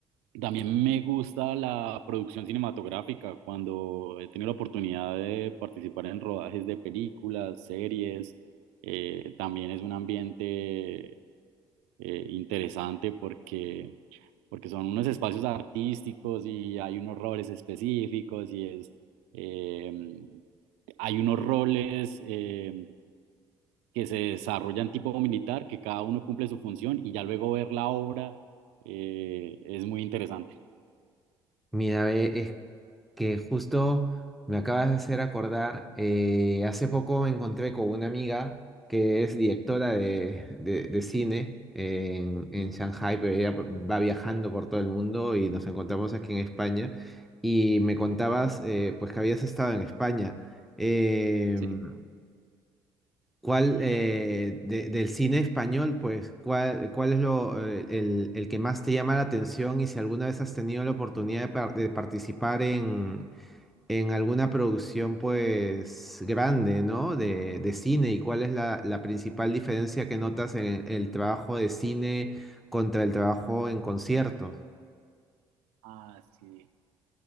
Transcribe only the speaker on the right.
también me gusta la producción cinematográfica, cuando he tenido la oportunidad de participar en rodajes de películas, series, eh, también es un ambiente eh, interesante porque, porque son unos espacios artísticos y hay unos roles específicos y es, eh, hay unos roles eh, que se desarrollan tipo militar, que cada uno cumple su función y ya luego ver la obra eh, es muy interesante.
Ujú.
Sí.
Ah, sí.